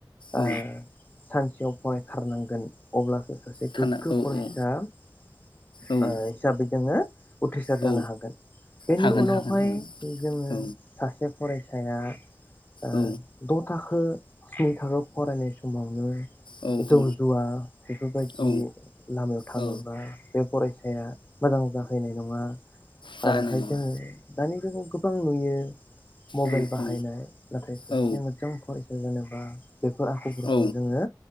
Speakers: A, on the left; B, on the left.
A: ओ
B: औ
A: सानस थायाव फरायथारनांगोन अब्लासो गोग्गो
B: थाना औ
A: फरायसा
B: औ
A: ओ
B: औ
A: हिसाबै जोङो उथ्रिसार
B: औ
A: जानो हागोन बेनि
B: हागोन
A: उनावहाय
B: हागोन हागोन
A: जोङो
B: औ
A: सासे फरायसाया ओ
B: औ
A: द' थाखो स्नि थाखोआव फरायनाय समावनो
B: औ
A: जौ जुवा बेफोरबायदि। जि
B: औ
A: लामायाव थाङोबा
B: औ
A: बे फराय साया मोजां जाहैनाय नङा।
B: जानाय
A: आरोहाय
B: नङा
A: जोङो। दानि जुगाव गोबां नुयो। मबाइल
B: औ
A: बाहायनाय
B: औ
A: नाथाय सासे
B: औ
A: मोजां फरायसा जानो, आ बेफोर आखुफोरखौ
B: औ
A: जोङो।